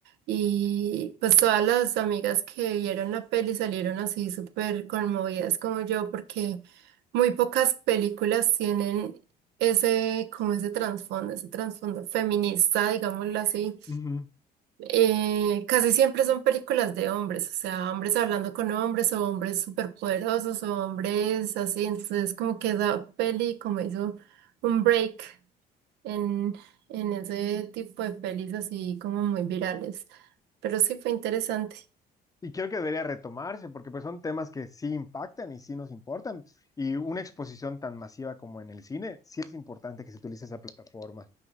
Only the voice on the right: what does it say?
y pues todas las amigas que vieron la peli salieron así súper conmovidas como yo porque muy pocas películas tienen ese como ese trasfondo, ese trasfondo feminista, digámoslo así.
Eh, casi siempre son películas de hombres, o sea, hombres hablando con hombres o hombres superpoderosos o hombres así, entonces como que esa peli como hizo un break en, en ese tipo de pelis así como muy virales, pero sí fue interesante.